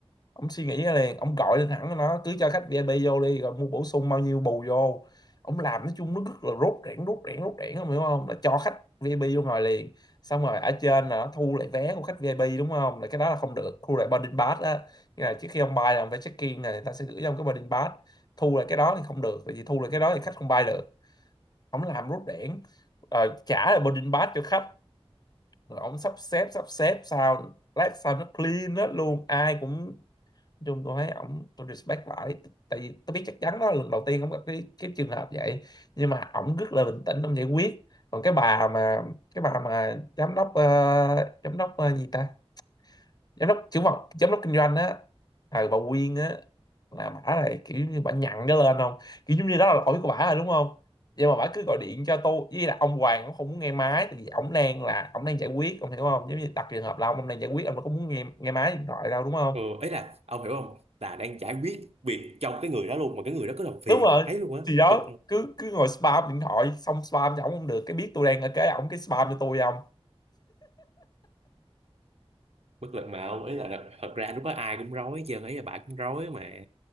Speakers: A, on the left; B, on the right.
A: ông suy nghĩ ra liền ông gọi lên hẳn nó cứ cho khách VIP vô đi rồi mua bổ sung bao nhiêu bù vô ông làm nói chung nó rất là rốt rẽn rốt rẽn rốt rẽn ông hiểu không là cho khách VIP vô ngồi liền xong rồi ở trên là nó thu lại vé của khách VIP đúng không là cái đó là không được thu lại boarding pass á như là trước khi ông bay là ông phải check in này người ta sẽ gửi cho ông cái boarding pass thu lại cái đó thì không được tại vì thu lại cái đó thì khách không bay được ông làm rốt rẽn ờ, trả lại boarding pass cho khách rồi ông sắp xếp sắp xếp sao lát sao nó clean hết luôn ai cũng chung tôi thấy ổng tôi respect lại tại vì tôi biết chắc chắn đó là lần đầu tiên ổng gặp cái cái trường hợp vậy nhưng mà ổng rất là bình tĩnh ổng giải quyết còn cái bà mà cái bà mà giám đốc ờ, giám đốc ờ, gì ta giám đốc trưởng phòng giám đốc kinh doanh á ờ, bà Quyên á là bả này kiểu như bả nhặn cái lên không kiểu giống như đó là lỗi của bả rồi đúng không nhưng mà bả cứ gọi điện cho tôi với là ông Hoàng cũng không muốn nghe máy tại vì ổng đang là ổng đang giải quyết ông hiểu không giống như đặt trường hợp là ông, ông đang giải quyết ông đâu có muốn nghe nghe máy điện thoại đâu đúng không
B: ừ, ấy là ông hiểu không là đang giải quyết việc trong cái người đó luôn mà cái người đó cứ làm phiền
A: đúng rồi
B: mãi luôn á
A: thì đó
B: bực
A: cứ cứ ngồi spam điện thoại xong spam cho ổng không được cái biết tôi đang ở cái ổng cái spam cho tôi không
B: bất lực mà ông ý là là- thật ra lúc đó ai cũng rối chứ ý là bà cũng rối mà